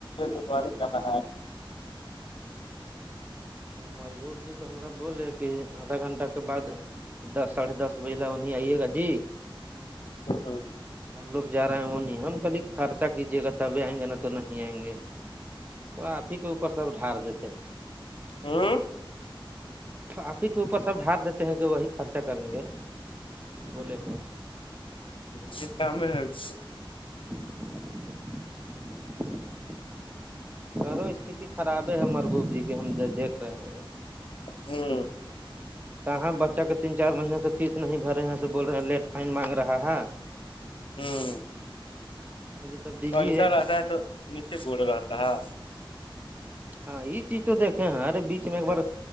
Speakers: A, on the left; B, on the right.
A: جپار کنا
B: مرغوب جی تو ہم بولے کہ آدھا گھنٹہ کے بعد دس ساڑھے دس بج انہیں آئیے گا جی
A: ہوں
B: ہم لوگ جا رہے ہیں وہ نہیں ہم کبھی خرچہ کیجیے گا تبھی آئیں گے نا تو نہیں آئیں گے تو آپ ہی کے اوپر سب ڈھار دیتے ہیں
A: ہوں
B: کاپی کے اوپر سب ڈھار دیتے ہیں کہ وہی خرچہ کریں گے بولے
A: جے کم ہےچ
B: ءھ گو استھی خرابے ہے مرگوب جی کے ہم دیکھ رہے ہیں
A: ہوں
B: کہاں بچہ کے تین چار مہینے سے فیس نہیں بھرے ہیں سے بول رہے ہیں لیٹ فائن مانگ رہا ہے
A: ہوں
B: تب دیجیے
A: پیسا رہتا ہے تو نیچے گڑ رہتا ہے
B: ہاں یہ چیز تو دیکھے ارے بیچ میں ایک بار